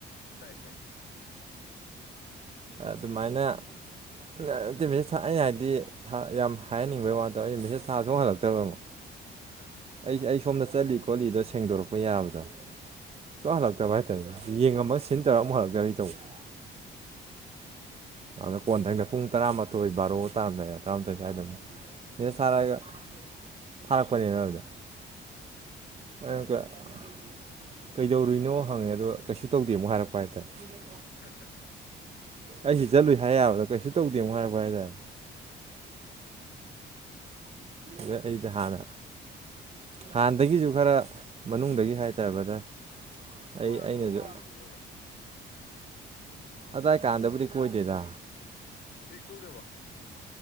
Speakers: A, on the left (about 55°); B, on the right (about 30°).
A: ꯇꯥꯏ ꯇꯥꯏ
B: ꯑꯗꯨꯃꯥꯏꯅ ꯅꯇꯦ ꯃꯦꯁꯦꯁ ꯊꯥ ꯑꯩꯅ ꯍꯥꯏꯗꯤ ꯊꯥ ꯌꯥꯝ ꯍꯥꯏꯍꯟꯅꯤꯡꯕꯩ ꯋꯥ ꯅꯠꯇꯕ ꯑꯩꯅ ꯃꯦꯁꯦꯁ ꯊꯥꯕꯁꯨ ꯁꯨꯍꯟ ꯍꯜꯂꯛꯇ꯭ꯔꯃꯨꯛ
A: ꯑꯥ
B: ꯑꯩꯖꯤ ꯑꯩ ꯁꯣꯝꯗ ꯆꯠꯂꯤ ꯀꯣꯂꯤꯗꯣ ꯁꯦꯡꯗꯣꯔꯛꯄ ꯌꯥꯕꯗꯣ ꯁꯨꯍꯜ ꯍꯂꯛꯇꯕ ꯍꯥꯏꯇꯥꯏ ꯌꯦꯡꯉꯃ ꯁꯤꯟ ꯇꯧꯔꯥ ꯑꯃꯨꯛ ꯍꯜꯂꯛꯇꯕꯤ ꯇꯧꯕ ꯑ ꯀꯣꯟꯊꯪꯗ ꯄꯨꯡ ꯇꯔꯥꯃꯥꯊꯣꯏ ꯕꯥꯔꯣ ꯇꯔꯥꯝꯗꯥꯏꯗ ꯇ꯭ꯔꯥꯃꯊꯣꯏ ꯁ꯭ꯋꯥꯏꯗꯝ ꯃꯤꯁꯦꯁ ꯊꯥꯔꯛꯑꯒ ꯊꯥꯔꯛꯄꯅꯦꯅ ꯑꯗꯨꯗ
A: ꯎꯝ
B: <unintelligible> ꯀꯩꯗꯧꯔꯨꯏꯅꯣ ꯍꯪꯉꯦ ꯑꯗꯨꯒ ꯀꯩꯁꯨ ꯇꯧꯗꯦ ꯑꯃꯨꯛ ꯍꯥꯏꯔꯛꯄ ꯍꯥꯏꯇꯥꯔꯦ
A: <unintelligible>
B: ꯑꯩꯁꯤ ꯆꯠꯂꯨꯏ ꯍꯥꯏ ꯌꯥꯕꯗꫭ ꯀꯩꯁꯨ ꯇꯧꯗꯦ ꯃꯨꯛ ꯍꯥꯏꯔꯛꯄ ꯍꯥꯏꯇꯥꯔꯦ
A: ꯑꯥ
B: ꯑꯗ ꯑꯩꯗ ꯍꯥꯟꯅ ꯍꯥꯟꯅꯗꯒꯤꯁꯨ ꯈꯔ ꯃꯅꯨꯡꯗꯒꯤ ꯍꯥꯏꯇꯥꯔꯦ ꯕ꯭ꯔꯗ
A: ꯅꯨꯄꯥ
B: ꯑꯩ
A: ꯑꯇꯣꯞꯄ
B: ꯑꯩꯅꯁꯨ
A: ꯀꯣꯏꯕ ꯎꯈ꯭ꯔꯕ꯭ꯔꯣ
B: ꯑꯗꯥꯋꯥꯏ ꯀꯥꯟꯗꯕꯨꯗꯤ ꯀꯣꯏꯗꯦꯗ
A: <unintelligible>